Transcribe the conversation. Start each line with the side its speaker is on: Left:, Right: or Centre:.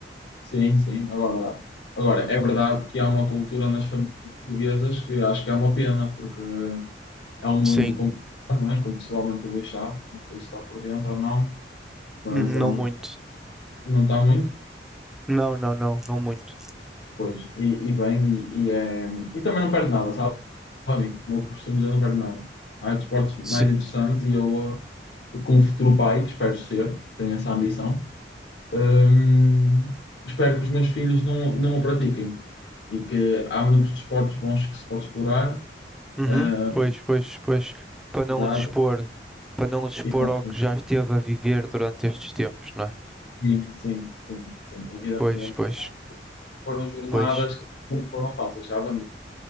Left: Sim, sim. Agora, agora, é verdade que há uma cultura nas famílias portuguesas que acho que é uma pena, porque é um
Centre: Sim,
Left: mundo complicado, não é? Como possivelmente o Luís sabe, não sei se está por dentro ou não, mas
Centre: Hum,
Left: é
Centre: não
Left: um,
Centre: muito.
Left: não está muito,
Centre: Não, não, não, não muito.
Left: pois. E, e bem, e, e é, e também não perde nada, sabe? Amigo, Como eu costumo dizer, não perde nada. Há desportos mais
Centre: Sim,
Left: interessantes e eu, eh, como futuro pai, que espero ser, tenho essa ambição. Hum, espero que os meus filhos não, não o pratiquem e que há muitos desportos bons que se pode explorar.
Centre: Uhum,
Left: ah,
Centre: pois, pois, pois. Para não
Left: verdade,
Centre: os expor, para não os expor
Left: e bom,
Centre: ao que já esteve a viver durante estes tempos, não é?
Left: sim, sim, sim, sim, evidentemente.
Centre: Pois, pois,
Left: Foram jornadas
Centre: pois.
Left: que não foram fáceis, sabe, amigo?